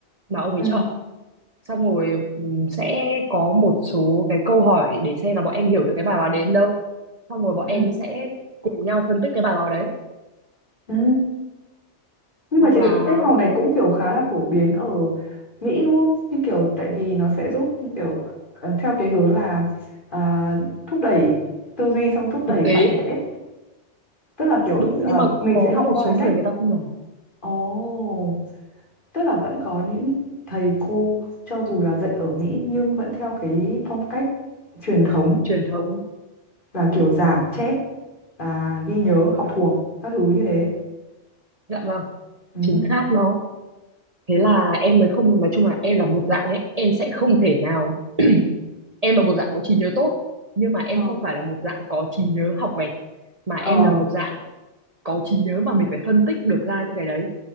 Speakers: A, on the right (about 35°); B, on the left (about 45°).
A: mà ông ấy
B: Ừ.
A: chọn xong rồi ừm, sẽ có một số cái câu hỏi để xem là bọn em hiểu được cái bài báo đến đâu xong rồi bọn
B: Ừ.
A: em sẽ cùng nhau phân tích cái bài báo đấy
B: Ừ. Nhưng
A: hoặc
B: mà chị
A: là
B: thấy cái cách học
A: bọn
B: này cũng kiểu khá là phổ biến ở Mỹ đúng không? Như kiểu tại vì nó sẽ giúp kiểu ờ, theo cái hướng là à, thúc đẩy tư duy xong thúc đẩy
A: thực tế
B: phản biện ấy. Tức là kiểu
A: đúng
B: ờ,
A: nhưng mà
B: mình
A: có
B: sẽ học
A: một
B: qua
A: số
B: cái cách
A: người người ta không làm
B: Ồ, tức là vẫn có những thầy cô cho dù là dạy ở Mỹ nhưng vẫn theo cái phong cách truyền thống
A: truyền thống
B: là kiểu giảng chép và ghi nhớ học thuộc các thứ như thế.
A: dạ vâng
B: Ừ.
A: chính xác đó thế là em mới không nói chung là em là một dạng ấy em sẽ không thể nào em là một dạng có trí nhớ tốt nhưng mà em
B: Ờ.
A: không phải là một dạng có trí nhớ học vẹt mà em
B: Ờ
A: là một dạng có trí nhớ mà mình phải phân tích được ra những cái đấy